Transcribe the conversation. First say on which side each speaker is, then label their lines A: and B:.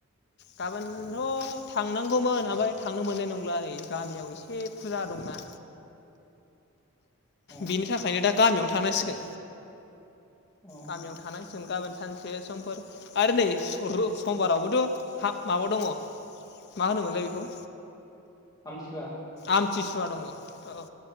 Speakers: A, on the left; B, on the left.
A: गाबोनथ' थांनांगौमोन ओमफ्राय थांनो मोननाय नंला नै गामियाव एसे फुजा दंना
B: अ
A: बिनि थाखायनो दा गामियावनो थानांसिगोन
B: अ
A: गामियाव थानाय जों गाबोन सानसे समफोर आरो नै समबारावबोथ' हा माबा दङ मा होनोमोनलाय बेखौ
B: आमथिसुवा
A: आमथिसुवा दङ औ